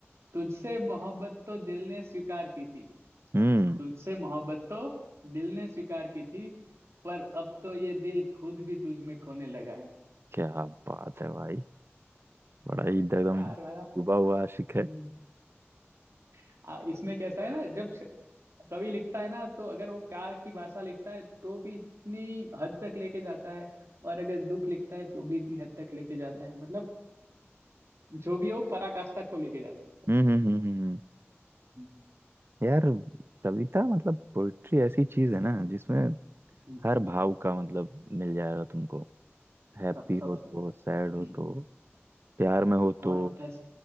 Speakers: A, on the right; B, on the right.
A: तुझसे मोहब्बत तो दिल ने स्वीकार की थी
B: हम्म
A: तुझसे मोहब्बत तो दिल ने स्वीकार की थी पर अब तो ये दिल खुद भी तुझ में खोने लगा है
B: क्या बात है भाई बड़ा ही एकदम
A: प्यार वाला
B: डूबा हुआ आशिक है
A: हम्म, <laughs> आ, इसमें कैसा है ना जब श- कवि लिखता है ना तो अगर वो प्यार की भाषा लिखता है तो भी इतनी हद तक लेके जाता है और अगर दुख लिखता है तो भी इतनी हद तक लेके जाता है मतलब जो भी है वो पराकाष्ठा को लेके जाता है
B: हम्म
A: सब
B: हम्म हम्म हम्म, हम्म।
A: हम्म,
B: यार कविता मतलब पोइट्री ऐसी चीज है ना जिसमें
A: हम्म,
B: हर भाव का मतलब मिल जाएगा तुमको हैप्पी
A: सब सब
B: हो तो
A: सही
B: सैड हो
A: हम्म,
B: तो प्यार में हो तो
A: और ऐसा